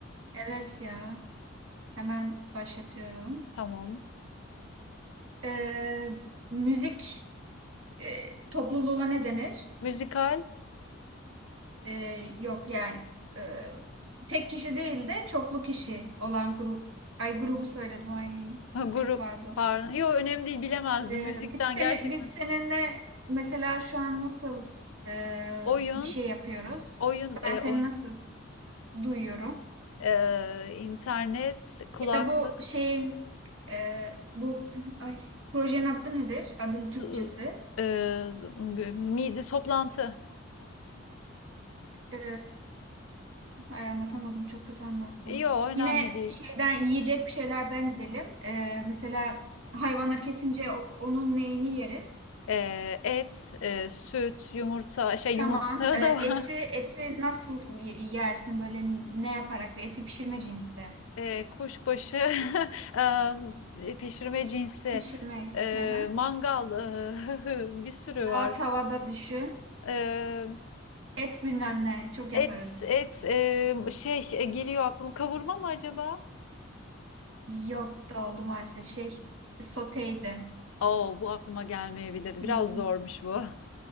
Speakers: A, on the right; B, on the left.
A: Evet ya. Hemen başlatıyorum.
B: Tamam.
A: Ee, müzik e, topluluğuna ne denir?
B: Müzikal,
A: Ee, yok yani e, tek kişi değil de çoklu kişi olan grup. Ay grubu söyledim. Ay
B: <laughs> ha, grup,
A: çok pardon.
B: pardon. Yok önemli değil, bilemezdim.
A: Ee,
B: Müzikten
A: biz seni
B: gerçekten.
A: biz seninle mesela şu an nasıl e,
B: Oyun,
A: bir şey yapıyoruz?
B: oyun, e,
A: Ben seni
B: oyun.
A: nasıl duyuyorum?
B: Ee, internet, kulaklık.
A: Ya da bu şeyin e, bu ay projenin adı nedir? Adın Türkçesi.
B: Z- e, z- midi toplantı.
A: E, Ay anlatamadım. Çok kötü anlattım.
B: Yo önemli
A: Yine
B: değil.
A: şeyden yiyecek bir şeylerden gidelim. Ee, mesela hayvanları kesince o- onun neyini yeriz?
B: E, et, e, süt, yumurta, şey
A: Tamam.
B: yumurta
A: Ee,
B: da var.
A: eti
B: <laughs>
A: eti nasıl y- yersin böyle ne yaparak bir eti pişirme cinsi.
B: E, kuşbaşı, <laughs> e, pişirme cinsi,
A: Pişirme.
B: e,
A: Hı hı.
B: mangal, e, <laughs> bir sürü
A: Daha
B: var.
A: tavada düşün.
B: E,
A: Et bilmem ne. Çok yaparız.
B: et, et, e, şey e, geliyor aklıma. Kavurma mı acaba?
A: Yok da oldu maalesef. Şey soteydi.
B: Oo, bu aklıma gelmeyebilirdi.
A: Hmm.
B: Biraz zormuş bu. <laughs>